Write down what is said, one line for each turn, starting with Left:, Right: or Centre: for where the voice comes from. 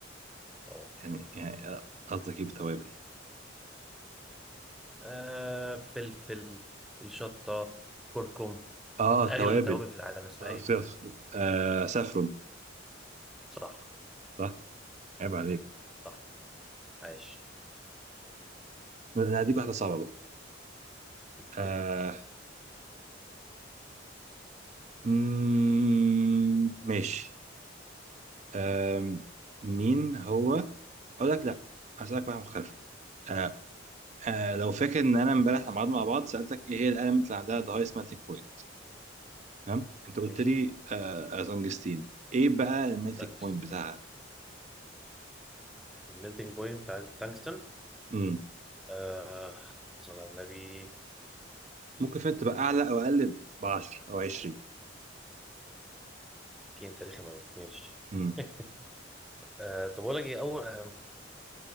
Centre: اه
Right: يعني يعني آه، قصدك ايه بتوابل
Centre: آه، فلفل شطة كركم
Right: اه توابل
Centre: أغلى توابل في العالم اسمها
Right: آه،
Centre: إيه؟
Right: ف- ف- آه، سافرون
Centre: صح
Right: صح عيب عليك
Centre: صح عاش
Right: انا هديك واحده صعبه بقى
Centre: أوكي
Right: آه مم، ماشي آم، مين هو اقول لك لا هسألك واحدة مختلفة آه آه لو فاكر ان انا امبارح لما قعدنا مع بعض سألتك ايه هي الاليمنت اللي عندها the highest melting point تمام انت قلت
Centre: ماشي
Right: لي آه
Centre: إيه،
Right: تنجستين ايه بقى الميلتنج
Centre: تانكستن
Right: بوينت بتاعها
Centre: الميلتنج بوينت بتاعت التانكستن
Right: امم
Centre: آه صلى على النبي
Right: ممكن فات تبقى اعلى او اقل ب 10 او 20
Centre: دي أنت رخم أوي ماشي
Right: امم
Centre: <laughs> آه طب أقول لك إيه أول آه،